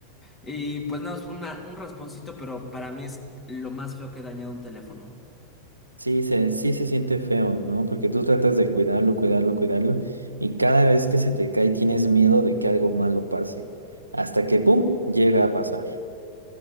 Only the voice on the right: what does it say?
Sí, se, sí se siente feo, ¿no? Porque tú tratas de cuidarlo, cuidarlo, cuidarlo. Y cada vez que se te cae tienes miedo de que algo malo pase. Hasta que, ¡pum!, llega a pasar.